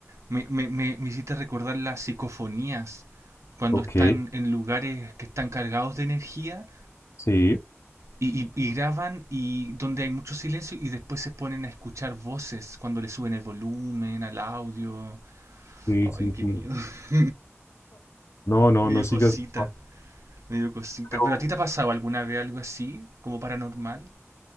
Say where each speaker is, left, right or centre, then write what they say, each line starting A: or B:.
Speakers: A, on the right; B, on the left.
A: me, me, me, me hiciste recordar las psicofonías, cuando
B: Ok,
A: están en lugares que están cargados de energía
B: sí,
A: y, y- y graban y donde hay mucho silencio y después se ponen a escuchar voces cuando le suben el volumen al audio.
B: sí, sí,
A: Ay, qué
B: sí.
A: miedo. <laughs>
B: No, no,
A: Me
B: no
A: dio
B: sigas.
A: cosita.
B: Ah,
A: Me dio cosita.
B: pero
A: ¿Pero a ti te ha pasado alguna vez algo así? ¿Como paranormal?